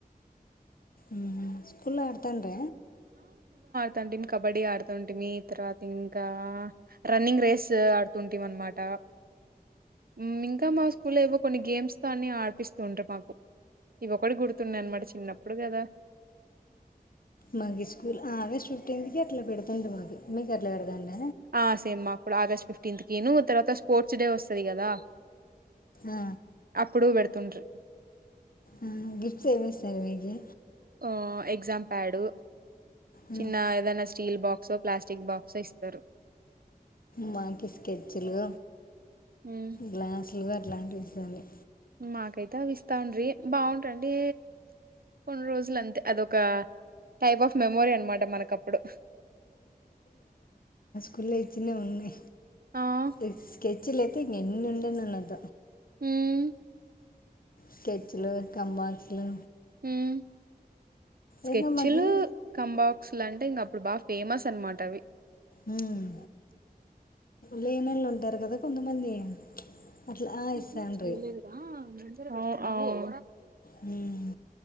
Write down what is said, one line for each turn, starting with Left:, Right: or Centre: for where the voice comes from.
Left: మ్మ్ మ్మ్ కుళ్ళో ఆడ్తాండ్ర
Right: తండిమ్ కబడ్డీ ఆడుతుంటిమి తర్వాత ఇంకా రన్నింగ్ రేస్ ఆడుతుంటిం అన్మాట. మ్మ్ ఇంకా మా స్కూల్లో ఏవో కొన్ని గేమ్స్ కాన్ని ఆడ్పిస్తుండ్రి మాకు ఈ ఒకటి గుర్ తుండన్మాట చిన్నప్పుడు గదా
Left: మాగిస్కూల్ ఆగేస్ట్ ఫిఫ్టీంత్ కి అట్లా పెడ్తుండ్రి మాకి మీకట్ల పెడ్తాండ
Right: ఆ సేమ్ అప్పుడు ఆగస్ట్ ఫిఫ్టీన్త్ కీను తర్వాత స్పోర్ట్స్ డే వస్తది గదా
Left: ఆ.
Right: అప్పుడు వెడ్ తున్రీ
Left: ఆ గిఫ్ట్స్ ఏమిస్తారు మీగి
Right: ఆ ఎగ్జామ్ ప్యాడు
Left: ఆ,
Right: చిన్న ఐదనాస్ స్టీల్ బాక్సో ప్లాస్టిక్ బాక్సో ఇస్తారు.
Left: మాకి స్కెచ్లు
Right: హ్మ్.
Left: గ్లాస్ ఫుల్లుగా అట్లాంటివి ఇస్తాది
Right: మాకైతే అవి ఇస్తాండ్రి బావుంటుండి కొన్ని రోజులంతే అదొక టైప్ ఆఫ్ మెమోరీ అన్మాట మనకప్పుడు
Left: కుళ్ళైతునే ఉంది
Right: ఆ!
Left: ఇట్ స్కె చిలైతే ఇంగెన్ వుండెననగ
Right: మ్మ్
Left: స్కెచ్ లు కంబాస్లు
Right: మ్మ్ స్చేచ్చులు
Left: ఇంకా మాకు
Right: కంబ బుక్స్లంటే ఇంగప్పుడు బా ఫేమస్ అన్మాటవి
Left: మ్మ్ లే పిల్లొలుంటరు గద కొంతమంది అట్లా "ఆ,
Right: మ్మ్
Left: ఇస్తానురీ
Right: హు చేయలేదుగా మన్ ఉ అవ్
Left: హ్మ్మ్